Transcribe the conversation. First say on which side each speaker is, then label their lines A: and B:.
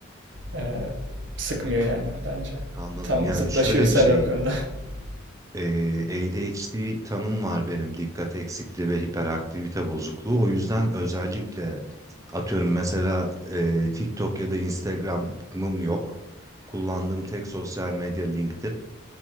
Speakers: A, on the right (about 65°); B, on the right (about 15°).
A: Ee, sıkmıyor yani bence.
B: Anladım.
A: Tam
B: Ya
A: zıtlaşıyoruz
B: şöyle bir
A: seninle
B: şey,
A: bu konuda. <laughs>
B: eee, ADHD tanım var benim, dikkat eksikliği ve hiperaktivite bozukluğu. O yüzden özellikle atıyorum mesela eee, TikTok ya da Instagram'ım yok. Kullandığım tek sosyal medya LinkedIn